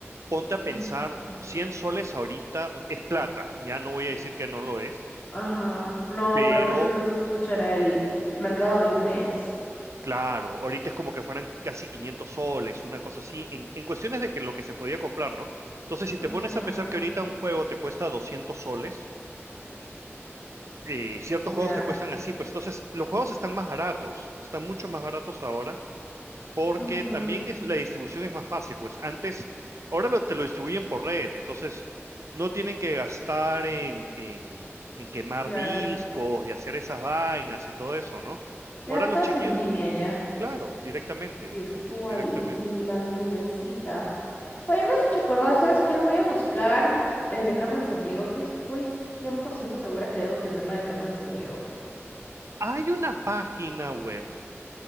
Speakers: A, on the right; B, on the left.
A: ponte a pensar,
B: No me acuerdo.
A: 100 soles ahorita es plata, ya no voy a decir que no lo es,
B: Ajá. No,
A: pero
B: pero en ese entonces, pucha, era el mercado de un mes.
A: claro, ahorita es como que fueran casi 500 soles, una cosa así, en, en cuestiones de que lo que se podía comprar, ¿no? Entonces, si te
B: Ujú,
A: pones a pensar que ahorita un juego te cuesta 200 soles, eh, ciertos
B: Ya.
A: juegos te cuestan así, pues entonces los juegos están más baratos, están mucho más baratos ahora porque
B: ujú,
A: también es, la distribución es más fácil, pues antes, ahora lo- te lo distribuyen por red, entonces no tienen que gastar en, en, en quemar
B: Claro.
A: discos y hacer esas vainas y todo eso, ¿no?
B: Ya
A: Ahora
B: todo
A: los chiquillos,
B: es en línea ya.
A: claro, directamente,
B: virtual
A: directamente.
B: en la nubecita. Oye, me has hecho acordar, ¿sabes qué? Voy a buscar el de Carmen Sandiego. Yo estoy 100% segura que debo tener la de Carmen Sandiego.
A: Hay una página web